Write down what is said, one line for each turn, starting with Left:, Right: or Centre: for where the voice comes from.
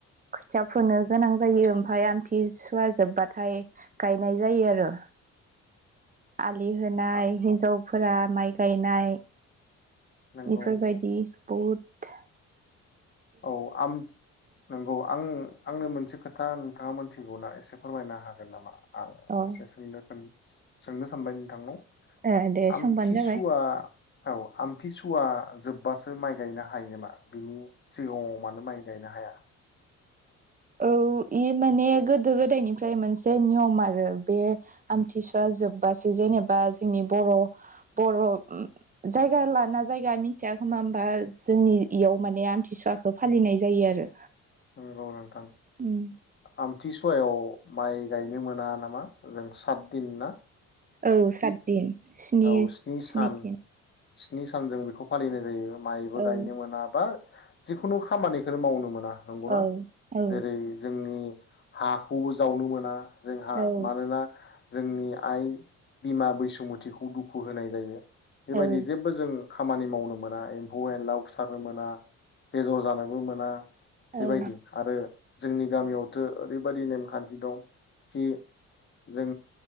Right: खोथिया फोनो गोनां जायो ओमफाय आमथि सुवा जोब्बाथाय गायनाय जायो आरो आल दि होनाय
Left: औ
Right: हिनजाव फोरा माइ गायनाय
Left: नंगौ
Right: इफोरबायदि बुद
Left: औ आम नोंगौ आं आंनो मोन से खोथा नोंथाङा मोनथिगौना एसे फोरमायनो हागोन नामा? आं
Right: अ
Left: एसे सोंनो सोंनो सानबाय नोंथांनाव
Right: ए दे
Left: आमथिसुवा
Right: सोंबानो जाबाय
Left: औ आमथिसुवा जोब्बासो माइ गायनो हायो नामा बिनि सिगाङाव मानो माइ गायनो हाया?
Right: औ इ माने गोदो गोदायनिफ्राय मोनसे नियम आरो बे आमथिसुवा जोब्बासो जेनेबा जोंनि बर' बर' जायगा लाना जायगा मिथिया खोमा होमबा जोंनि इयाव माने आमथिसुवाखौ फालिनाय जायो आरो।
Left: नोंगौ नों थां
Right: उम
Left: आमथिसुवायाव माइ गायनो मोना नामा जों साथदिन ना?
Right: औ साथ दिन स्नि
Left: औ
Right: स्नि
Left: सान
Right: दिन
Left: स्नि सानजों बेखौ फालिनाय जायो माइबो
Right: औ
Left: गायनो मोना बा जिखुनु खामानिखोनो मावनो मोना नंगौना
Right: औ औ
Left: जेरै जोंनि हाखौबो जावनो मोना जोंहा
Right: औ
Left: मानोना जोंनि आइ बिमा बैसोमुथिखौ खौ दुखु होनाय जायो बेबायदि
Right: औ
Left: जेबबो जों खामानि मावनो मोना एम्फौ एनला उसारनो मोना बेदर जानोबो मोना
Right: औ
Left: बेबायदि आरो जोंनि गामियावथो ओरैबायाददि नेमखान्थि दं खि जों